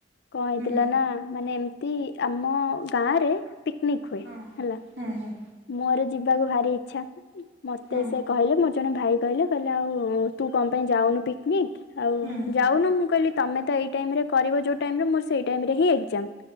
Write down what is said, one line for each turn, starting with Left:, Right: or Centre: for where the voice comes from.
Left: କଣ ହେଇଥିଲା
Right: ହୁଁ
Left: ନା ମାନେ ଏମ୍ ତି ଆମ ଗାଁ ରେ ପିକନିକ୍ ହୁଏ
Right: ହଁ
Left: ହେଲା।
Right: ହୁଁ
Left: ମୋର ଯିବାକୁ ଭାରି ଇଚ୍ଛା। ମତେ
Right: ହଁ
Left: ସିଏ କହିଲେ ମୁ ଜଣେ ଭାଇ କହିଲେ କହିଲେ ଆଉ ତୁ କଣ ପାଇଁ ଯାଉନୁ ପିକ୍ନିକ୍? ଆଉ
Right: ହୁଁ
Left: ଯାଉନ ମୁଁ କହିଲି ତମେ ତ ଏଇ ଟାଇମ୍ ରେ କରିବ ଯୋଉ ଟାଇମ୍ ରେ ମୋର ସେଇ ଟାଇମ୍ ରେ ଏକଜାମ୍।